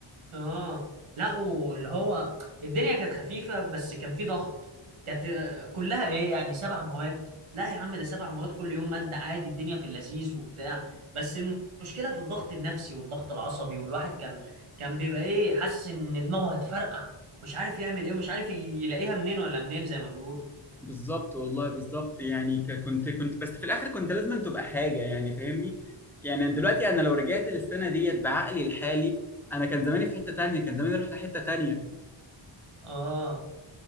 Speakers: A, on the right; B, in the centre.
A: اه لا واللي هو الدنيا كانت خفيفة بس كان في ضغط كانت آه، كلها ايه يعني سبع مواد لا يا عم ده سبع مواد كل يوم مادة عادي الدنيا في اللذيذ وبتاع بس المشكلة في الضغط النفسي والضغط العصبي والواحد كان كان بيبقى ايه حاسس ان دماغه هتفرقع مش عارف يعمل ايه ومش عارف يلاقيها منين ولا منين زي ما بيقولوا
B: بالظبط والله بالظبط يعني ك- كنت كنت بس في الاخر كنت لازم أن تبقى حاجه يعني فاهمني يعني دلوقتي انا لو رجعت للسنه ديت بعقلي الحالي انا كان زماني في حته تانية كان زماني رحت حته تانية
A: اه